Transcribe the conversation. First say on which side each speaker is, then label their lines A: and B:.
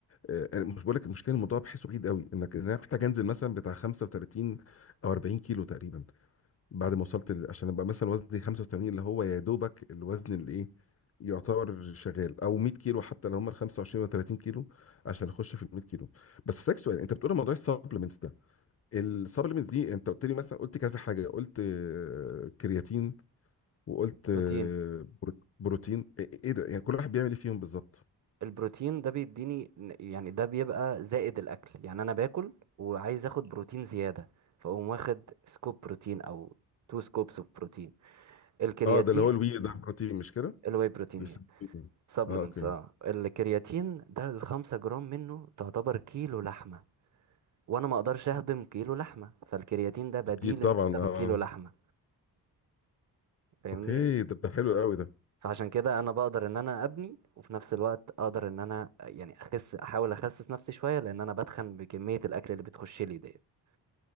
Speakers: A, on the left; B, on the right.
A: آه، انا مش بقول لك المشكله الموضوع بحسه بعيد قوي انك إن انا محتاج انزل مثلا بتاع 35 او 40 كيلو تقريبا بعد ما وصلت ل- عشان ابقى مثلا وزني 85 اللي هو يا دوبك الوزن اللي ايه يعتبر شغال او 100 كيلو حتى لو هم ال 25 و 30 كيلو عشان اخش في ال 100 كيلو بس اسالك سؤال انت بتقول موضوع السبلمنتس ده السبلمنتس دي انت قلت لي مثلا قلت كذا حاجه قلت آه، كرياتين وقلت آه،
B: بروتين
A: برو- بروتين ايه إيه ده يعني كل واحد بيعمل ايه فيهم بالظبط
B: البروتين ده بيديني يعني ده بيبقى زائد الأكل يعني أنا باكل وعايز أخد بروتين زيادة فأقوم واخد سكوب بروتين أو تو سكوبس اوف بروتين الكرياتين
A: اه ده اللي هو الوي ده بروتين مش كده
B: الواي بروتين
A: بيسبوني.
B: سبلمنتس
A: اه اوكي
B: اه الكرياتين ده الخمسة جرام منه تعتبر كيلو لحمة وأنا ما أقدرش أهضم كيلو لحمة فالكرياتين ده بديل
A: اكيد طبعا
B: إنك تاخد
A: اه
B: كيلو لحمة فاهمني
A: اوكي ده ده حلو قوي ده
B: فعشان كده انا بقدر ان انا ابني وفي نفس الوقت اقدر ان انا يعني اخس احاول اخسس نفسي شويه لان انا بتخن بكميه الاكل اللي بتخش لي ديت